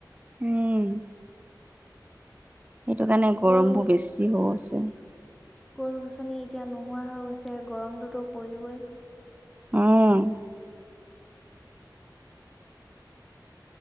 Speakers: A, on the right; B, in the centre.
A: উম, সেইটো কাৰণে গৰমবোৰ
B: গছ গছ
A: বেছি হৈ আছে
B: গছ গছনি এতিয়া নোহোৱা হৈ গৈছে গৰমটোতো পৰিবই
A: উম,